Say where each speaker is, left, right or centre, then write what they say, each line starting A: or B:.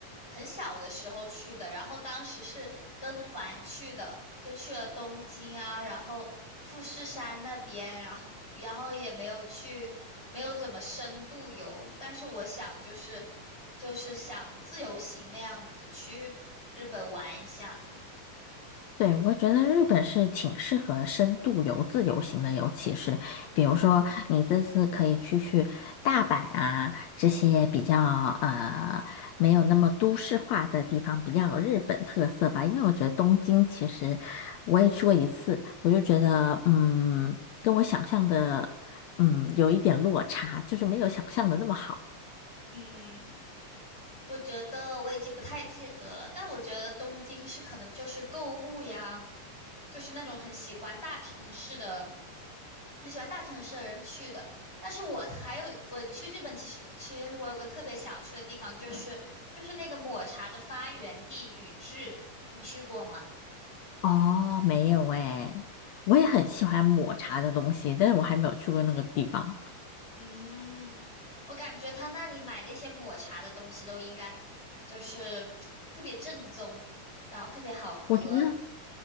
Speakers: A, on the left (about 15°); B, on the left (about 70°).
A: 很小的时候去的，然后当时是跟团去的，就去了东京啊，然后富士山那边，然后然后也没有去，没有怎么深度游，但是我想就是就是想自由行那样子去日本玩一下。
B: 对，我觉得日本是挺适合深度游、自由行的，尤其是比如说你这次可以去去大阪啊这些比较呃没有那么都市化的地方，比较有日本特色吧。因为我觉得东京其实我也去过一次，我就觉得嗯，跟我想象的嗯有一点落差，就是没有想象的那么好。
A: 嗯，我觉得我已经不太记得了，但我觉得东京是可能就是购物呀，就是那种很喜欢大城市的。很喜欢大城市的人去的。但是我还有我去日本，其实其实我有个特别想去的地方，就是就是那个抹茶的发源地宇治，你去过吗？
B: 哦，没有诶，我也很喜欢抹茶的东西，但是我还没有去过那个地方。
A: 嗯，我感觉他那里买那些抹茶的东西都应该就是特别正宗，然后特别好喝，
B: 我觉得。